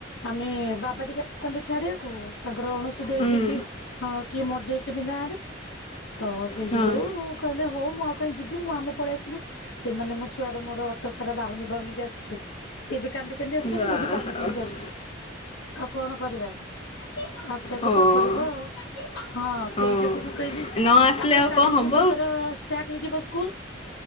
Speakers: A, on the left (about 80°); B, on the left (about 30°).
A: ଆମେ ବାବା ଟିକେ <inaudible> ଥାନ୍ତେ ଛାଡିବାକୁ ତାଙ୍କର ଅଣସୁ <unintelligible> ହେଇଯାଇଛି
B: ହୁଁ
A: ହଁ କିଏ ମରିଯାଇଛନ୍ତି ଗାଁ ରେ ତ ସେଇ
B: ହଁ
A: ଯୋଗୁରୁ କହିଲେ ହଉ ମୁଁ ଆଉ କ ଯିବି ମୁଁ ଆମେ ପଳେଇସିଲୁ। ଏମାନେ ମୋ ଛୁଆର ମୋର ଅଟୋ ସାରା ବାହୁନୀ ବାହୁନୀ ଆସିଚୁ ସିଏ ବି କାନ୍ଦି ସିଏବି ଆସୁଛନ୍ତି
B: ଯାହା
A: ମୁଁ ବି କାନ୍ଦି କାନ୍ଦିକି
B: ହଉ
A: ଆସୁଛି ଆଉ କଣ କରିବା। ଆସିବାକୁ
B: ହଁ
A: ତ ପଡିବ ଆଉ ହଁ
B: ହଁ
A: ସେଇ ଯୋଗୁ ମୁଁ କହିଲି
B: ନ ଆସିଲେ
A: ତାପରେ
B: ଆଉ
A: କାଲିଠୁ
B: କ'ଣ ହବ
A: ତା ଅ ଷ୍ଟାଟ ହେଇଯିବ ସ୍କୁଲ